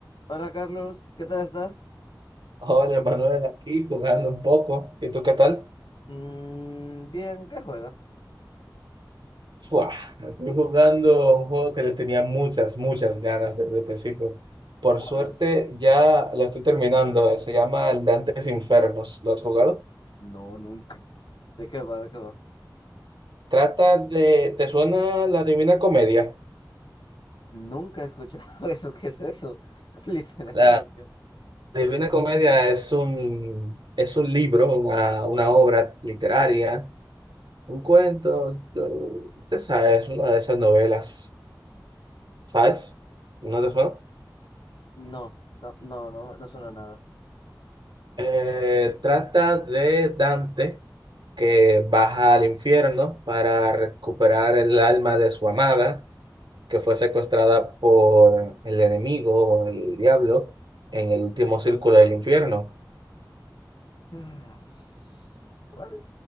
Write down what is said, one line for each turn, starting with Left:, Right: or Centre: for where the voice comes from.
Left: Hola Carlos, ¿qué tal estás?
Right: Hola Manuel, aquí jugando un poco. ¿Y tú qué tal?
Left: Mm, bien, ¿qué juegas?
Right: Fua, estoy jugando un juego que le tenía muchas, muchas ganas desde el principio. Por
Left: ¿Cuál?
Right: suerte ya lo estoy terminando. Se llama El Dantes Infernos. ¿Lo has jugado?
Left: No, nunca. ¿De qué va? ¿De qué va?
Right: Trata de... ¿Te suena la Divina Comedia?
Left: Nunca he escuchado <laughs> eso, ¿qué es eso? <laughs> Literalmente.
Right: La Divina Comedia es un, es un libro, una, una obra literaria, un cuento. eh, Usted sabe, es una de esas novelas. ¿Sabes? ¿No te suena?
Left: No, no, no, no, no suena nada.
Right: Eh, trata de Dante que baja al infierno para recuperar el alma de su amada, que fue secuestrada por el enemigo, el diablo, en el último
Left: Sí.
Right: círculo del infierno.
Left: Ah, Bueno,